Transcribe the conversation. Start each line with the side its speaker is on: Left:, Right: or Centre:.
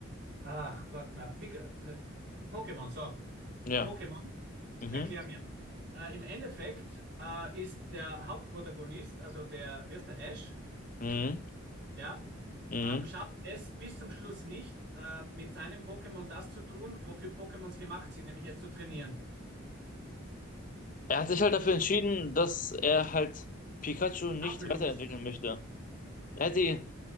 Right: ach Gott, na, Pik ne, Pokémon, so,
Left: ja.
Right: Pokémon,
Left: Mhm,
Right: erklär mir. Äh, im Endeffekt äh, ist der Hauptprotagonist, also der, wie heißt der, Ash,
Left: mhm,
Right: ja,
Left: mhm.
Right: Ähm, schafft es bis zum Schluss nicht, äh, mit seinem Pokémon das zu tun, wofür Pokémons gemacht sind, nämlich es zu trainieren.
Left: Er hat sich halt dafür entschieden, dass er halt Pikachu nicht
Right: Ablust.
Left: weiterentwickeln möchte. Er hätte,